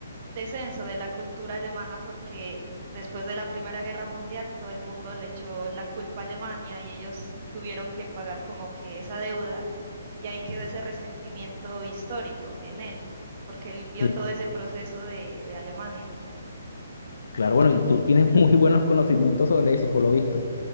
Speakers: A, on the right; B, on the left.
A: descenso de la cultura alemana porque después de la Primera Guerra Mundial todo el mundo le echó la culpa a Alemania y ellos tuvieron que pagar como que esa deuda y ahí quedó ese resentimiento histórico en él, porque él vio
B: Sí,
A: todo ese proceso de, de Alemania.
B: claro, bueno, y tú tienes <laughs> muy buenos conocimientos sobre eso, por lo visto.